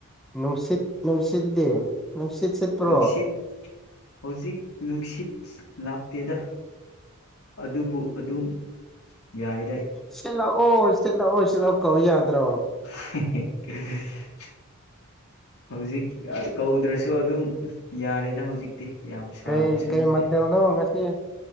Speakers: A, in the centre; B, on the left (about 70°).
A: ꯅꯨꯡꯁꯤꯠ ꯅꯨꯡꯁꯤꯠꯗꯤ ꯅꯨꯡꯁꯤꯠ ꯁꯤꯠꯄ꯭ꯔꯣ
B: ꯅꯨꯡꯁꯤꯠ ꯍꯧꯖꯤꯛ ꯅꯨꯡꯁꯤꯠ ꯑꯁ ꯂꯥꯛꯇꯦꯗ ꯑꯗꯨꯕꯨ ꯑꯗꯨꯝ ꯌꯥꯏ
A: ꯁꯤꯜ ꯂꯥꯛꯑꯣ ꯁꯤꯜ ꯂꯥꯛꯑꯣ ꯁꯤꯜꯂꯥꯛꯑꯣ ꯀꯧ ꯌꯥꯗ꯭ꯔꯣ
B: <inaudible> ꯍꯧꯖꯤꯛ ꯀꯧꯗ꯭ꯔꯁꯨ ꯑꯗꯨꯝ ꯌꯥꯔꯦꯗ ꯍꯧꯖꯤꯛꯇꯤ ꯌꯥꯝ ꯁꯥꯕꯁꯨ
A: ꯀꯩ ꯀꯩ
B: ꯅꯠꯇꯦ
A: ꯃꯊꯦꯜꯅꯣ ꯉꯁꯤ